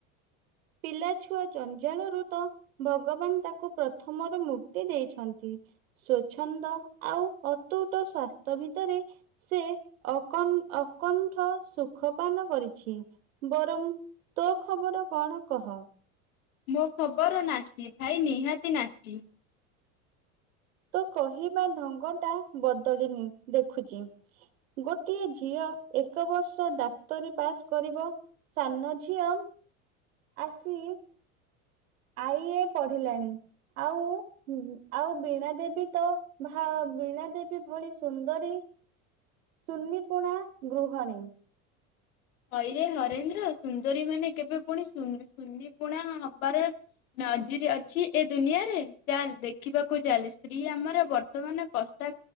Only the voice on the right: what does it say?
ପିଲା ଛୁଆ ଜଞ୍ଜାଳରୁ ତ ଭଗବାନ ତାକୁ ପ୍ରଥମରୁ ମୁକ୍ତି ଦେଇଛନ୍ତି। ସ୍ଵଚ୍ଛନ୍ଦ ଆଉ ଅତୁଟ ସ୍ବାସ୍ଥ୍ୟ ଭିତରେ ସେ ଅକ ଅକଣ୍ଠ ସୁଖପାନ କରିଛି ବରଂ ତୋ ଖବର କଣ? କହ‌।
ତ କହିବା ଢଙ୍ଗ ଟା ବଦଳିନି ଦେଖୁଛି ଗୋଟିଏ ଝିଅ ଏକ ବର୍ଷ ଡାକ୍ତରୀ ପାସ୍ କରିବ ସାନ ଝିଅ ଆସି ଆଇଏ ପଢିଲାଣି ଆଉ ଆଉ ବୀଣା ଦେବୀ ତ ବୀଣା ଦେବୀ ଭଳି ସୁନ୍ଦରୀ ସୁନି ପୁଣା ଗୃହଣୀ